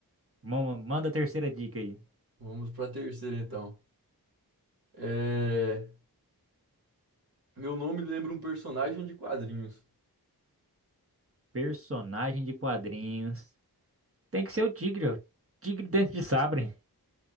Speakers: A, on the right; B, on the right.
A: Mama- Manda a terceira dica aí.
B: vamos para a terceira então. É, Meu nome lembra um personagem de quadrinhos.
A: Personagem de quadrinhos. Tem que ser o tigre, ó. Tigre dentro de sabre.